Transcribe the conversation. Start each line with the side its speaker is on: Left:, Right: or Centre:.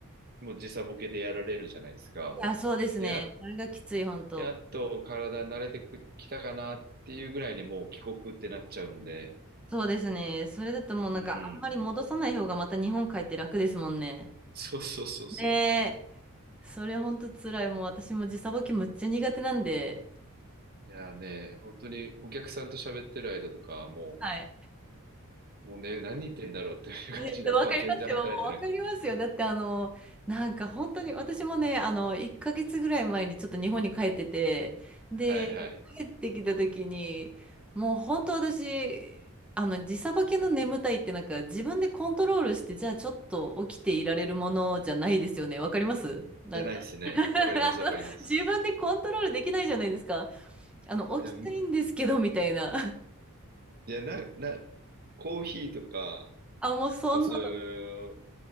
Right: もう時差ボケでやられるじゃないですか。
Centre: いや、そうですね。
Right: で、や、
Centre: それがきつい、本当。
Right: やっと体に慣れてくきたかなっていうぐらいにもう帰国ってなっちゃうんで、
Centre: そうですね。それだともうなんかあんまり戻さない方がまた日本帰って楽ですもんね。
Right: うん、そうそうそうそう。
Centre: ねえ、それ本当辛い。もう私も時差ボケむっちゃ苦手なんで。
Right: いやーね、本当にお客さんと喋ってる間とか、も
Centre: はい。
Right: う、もうね、何言ってんだろうっていう感じで頭全然働いてない。
Centre: ね、わかりますよ。もうわかりますよ。だってあの、なんか本当に私もね、あの、1ヶ月ぐらい前にちょっと日本に帰ってて、で、
Right: はいはい。
Centre: 帰ってきた時に、もう本当私、あの、時差ボケの眠たいってなんか自分でコントロールして、じゃあちょっと起きていられるものじゃないですよね。わかりますなんか
Right: じゃないですね。
Centre: <laughs>
Right: わかります、
Centre: あの自分でコントロールできないじゃないですか。
Right: わかります。
Centre: あの、
Right: いや、
Centre: 起きたいんですけど、みたいな。
Right: いや、な、な、コーヒーとか、
Centre: あ、もうそんな
Right: そういう